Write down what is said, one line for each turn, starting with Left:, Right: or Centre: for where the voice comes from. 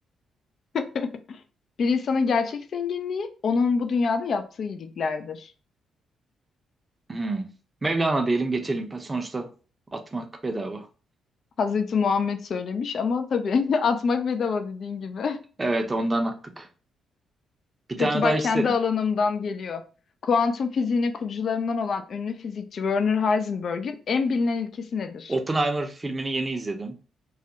Left: <laughs> Bir insanın gerçek zenginliği onun bu dünyada yaptığı iyiliklerdir.
Right: Hmm. Mevlana diyelim geçelim. Sonuçta atmak bedava.
Left: Hazreti Muhammed söylemiş ama tabii <laughs> atmak bedava dediğin gibi.
Right: Evet ondan attık.
Left: <laughs>
Right: Bir tane
Left: Peki bak
Right: daha isterim.
Left: kendi alanımdan geliyor. Kuantum fiziğinin kurucularından olan ünlü fizikçi Werner Heisenberg'in en bilinen ilkesi nedir?
Right: Oppenheimer filmini yeni izledim.